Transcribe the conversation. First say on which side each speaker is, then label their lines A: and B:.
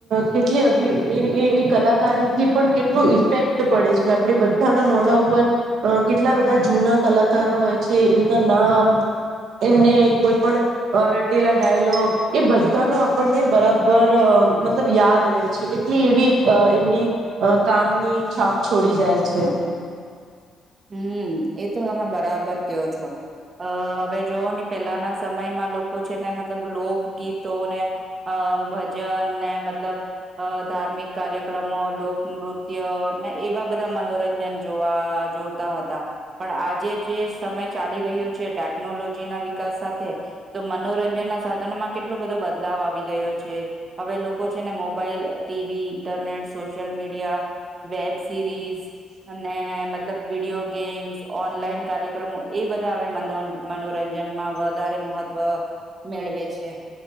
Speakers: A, on the right; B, on the right.
A: કેટલી અ અભી એ એ એ કલાકારીથી પણ કેટલું ઇફેક્ટ પડે છે, આપણે બધાના મોડા ઉપર કેટલા આ બધા જૂના કલાકારો હોય છે, એમના નામ એમને કોઈ પણ રટેલા ડાયલોગ એ બધાનો આપણને બરાબર મતલબ યાદ રહે છે. કેલી એવી અ એમની અ કામની છાપ છોડી જાય છે.
B: હમ એ તો તમે બરાબર કેવો છો અ હવે જોવો ની પેલાના સમયમાં લોકો છે, ને મતલબ લોકગીતો ને અ ભજન ને મતલબ અ ધાર્મિક કાર્યક્રમો લોકનૃત્ય ને એવા બધા મનોરંજન જોવા જો તા હતા પણ આજે જે સમય ચાલી રહ્યો છે, ટેકનોલોજી ના વિકાસ સાથે તો મનોરંજન ના સાધનોમાં કેટલો બધો બદલાવ આવી ગયો છે, હવે લોકો છેને mobile, TV, internet, social media, web series, અને મતલબ વિડીયો ગેમ્સ ઓનલાઈન કાર્યક્રમો એ બધા અવે મનોન મનોરંજનમાં વધારે મહત્વ મેળવે છે.